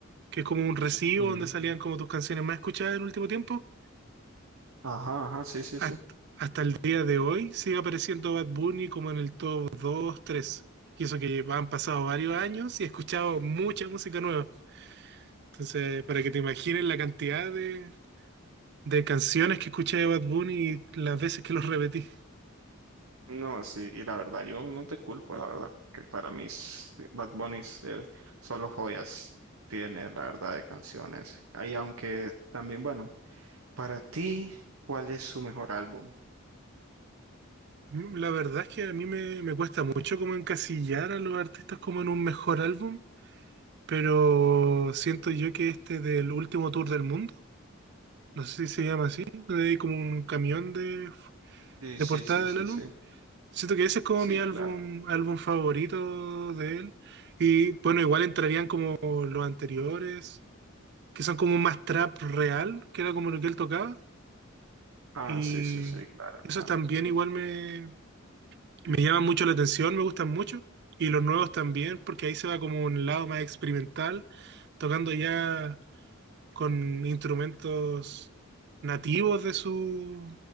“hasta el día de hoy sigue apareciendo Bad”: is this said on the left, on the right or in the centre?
Right